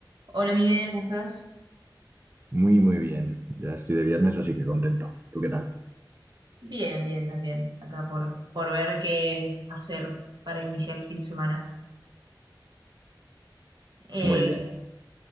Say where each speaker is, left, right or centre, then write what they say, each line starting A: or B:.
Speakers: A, on the right; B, on the right.
A: Hola Miguel, ¿cómo estás?
B: Muy, muy bien. Ya estoy de viernes, así que contento. ¿Tú qué tal?
A: Bien, bien también, acá por, por ver qué hacer para iniciar el fin de semana. Eh,
B: Muy bien.
A: ¿qué,